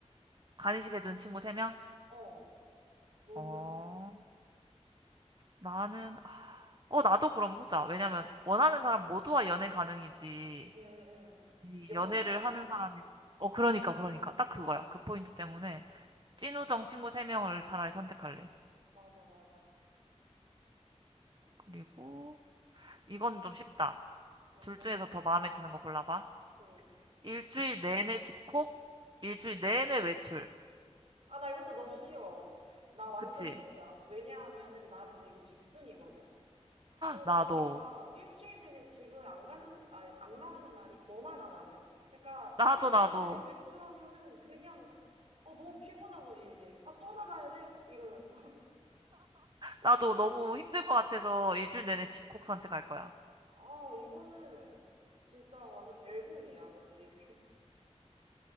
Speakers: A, on the right; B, on the right.
A: 간이식 해주는 친구 3명?
B: 어, 너는?
A: 어, 나는, 아, 어, 나도 그럼 후자. 왜냐면, 원하는 사람 모두와 연애 가능이지.
B: 응, 응, 응.
A: 이
B: 영원하진
A: 연애를
B: 않잖아.
A: 하는 사람이, 어, 그러니까, 그러니까. 딱 그거야.
B: 그치?
A: 그 포인트 때문에. 찐우정 친구 3명을 차라리 선택할래.
B: 맞아, 맞아.
A: 그리고 이건 좀 쉽다.
B: 뭔데?
A: 둘 중에서 더 마음에 드는 거 골라봐.
B: 응.
A: 일주일 내내 집콕, 일주일 내내 외출.
B: 아, 나 이것도 너무 쉬워. 나 완전
A: 그치?
B: 전자. 왜냐하면은 나는 되게 집순이거든? 그러다
A: 나도.
B: 보니까 일주일 내내 집을 안 가는, 아, 안 나가는 날이 더 많아, 나는. 그러니까
A: 나도,
B: 일주일
A: 나도.
B: 내내 외출하면은 그냥, 어, 너무 피곤한 거지, 이제. 아, 또 나가야 돼? 이러면서. <laughs> 그치?
A: 나도 너무 힘들 것 같아서 일주일
B: 응.
A: 내내 집콕 선택할 거야.
B: 아, 이거는 진짜 완전 벨붕이야. 그치? <laughs>